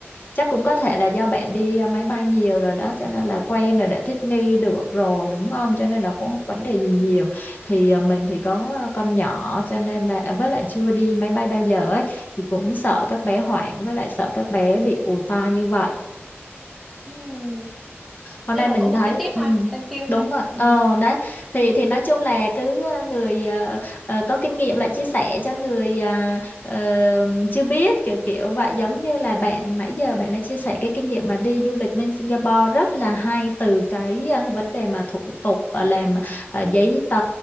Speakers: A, on the left; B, in the centre.
A: Chắc cũng có thể là do bạn đi à, máy bay nhiều rồi đó cho nên là quen rồi đã thích nghi được rồi đúng không cho nên là cũng không vấn đề gì nhiều
B: ừ
A: thì à, mình thì có à, con nhỏ cho nên là à, với lại chưa đi máy bay bao giờ ấy thì cũng sợ các bé hoảng với lại sợ các bé bị ù tai như vậy
B: ừ
A: hôm
B: nhưng
A: nay
B: là
A: mình
B: cũng một
A: thấy
B: cái tip
A: ừ,
B: ha thank you
A: đúng
B: nha
A: rồi
B: ừ
A: ờ đấy thì thì nói chung là cứ ờ, người ờ, ờ, có kinh nghiệm lại chia sẻ cho người à, ờ, chưa biết kiểu kiểu vậy giống như là bạn nãy giờ bạn đã chia sẻ cái kinh nghiệm mà đi du lịch bên Singapore rất là hay từ cái ờ, vấn đề mà thủ tục ờ, làm ờ, giấy tờ